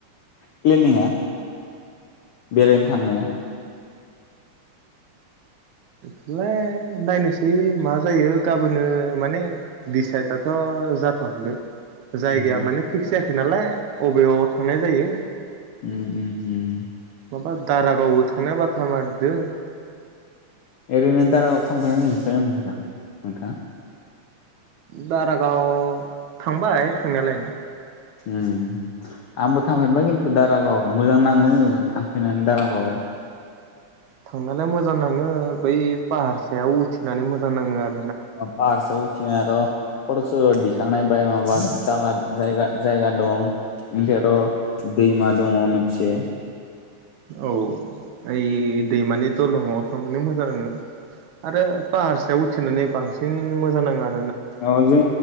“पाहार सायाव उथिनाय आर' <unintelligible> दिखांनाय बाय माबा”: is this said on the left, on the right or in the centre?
Left